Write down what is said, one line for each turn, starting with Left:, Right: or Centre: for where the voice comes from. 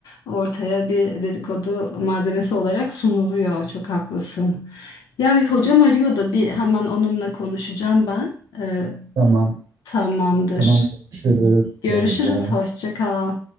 Left: ortaya bir dedikodu malzemesi olarak sunuluyor çok haklısın. Ya bir hocam arıyor da bir hemen onunla konuşacağım ben. Ee,
Right: Tamam.
Left: tamamdır.
Right: Tamam. Görüşürüz.
Left: Görüşürüz
Right: Bay bay.
Left: hoşça kal.